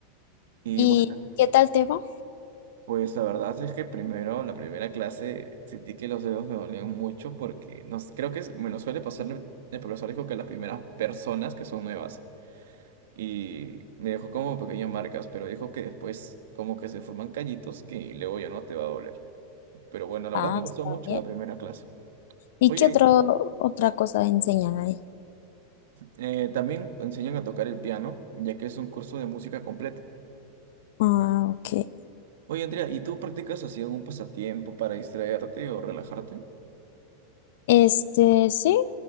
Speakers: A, on the right (about 75°); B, on the left (about 70°).
A: Y
B: ¿Y
A: bueno.
B: qué tal te va?
A: Pues la verdad es que primero, la primera clase, sentí que los dedos me dolían mucho porque no sé, creo que es- me lo suele pasar, el el profesor dijo que las primeras personas que son nuevas y me dejó como pequeñas marcas, pero dijo que después como que se forman callitos que luego ya no te va a doler. Pero bueno, la
B: Ah,
A: verdad me gustó
B: está
A: mucho
B: bien.
A: la primera clase.
B: ¿Y
A: Oye,
B: qué otro, otra cosa enseñan ahí?
A: eh, también enseñan a tocar el piano, ya que es un curso de música completo.
B: Ah, ok.
A: Oye, Andrea, ¿y tú practicas así algún pasatiempo para distraerte o relajarte?
B: Este, sí,